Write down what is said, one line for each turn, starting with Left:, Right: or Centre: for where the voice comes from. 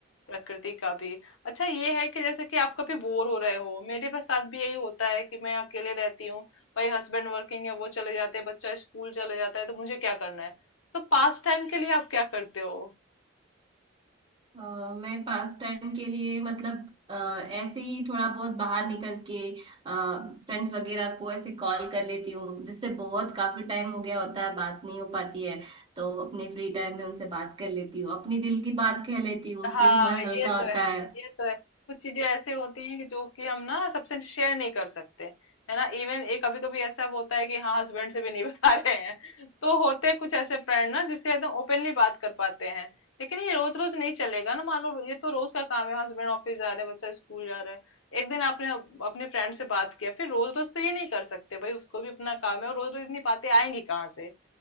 Left: प्रकृति का भी अच्छा ये है कि जैसे कि आप कभी बोर हो रहे हो मेरे बस साथ भी यही होता है कि मैं अकेले रहती हूँ भाई हस्बैंड वर्किंग है वो चले जाते हैं बच्चा स्कूल चले जाता है तो मुझे क्या करना है तो पास टाइम के लिए आप क्या करते हो
Right: अ, मैं पास टाइम के लिए मतलब अ, ऐसे ही थोड़ा बहुत बाहर निकल के फ्रेंड्स वगैरह को ऐसे कॉल कर लेती हूँ जिससे बहुत काफी टाइम हो गया होता है बात नहीं हो पाती है तो अपने फ्री टाइम में उनसे बात कर लेती हूँ अपनी दिल की बात कह लेती हूँ उससे
Left: हाँ
Right: भी मन
Left: ये
Right: हल्का
Left: तो
Right: होता
Left: है
Right: है
Left: ये तो है कुछ चीजें ऐसी होती हैं कि जो कि हम ना सबसे शेयर नहीं कर सकते है ना इवन एक कभी कभी ऐसा होता है कि हाँ हस्बैंड से भी नहीं <laughs> बता रहे हैं तो होते कुछ ऐसे फ्रेंड ना जिससे एकदम ओपनली बात कर पाते हैं लेकिन ये रोज रोज नहीं चलेगा ना मान लो ये तो रोज का काम है हस्बैंड ऑफिस जा रहे हैं बच्चा स्कूल जा रहा है एक दिन आपने अप- अपने फ्रेंड से बात किया फिर रोज रोज तो ये नहीं कर सकते भाई उसको भी अपना काम है और रोज रोज इतनी बातें आएंगी कहाँ से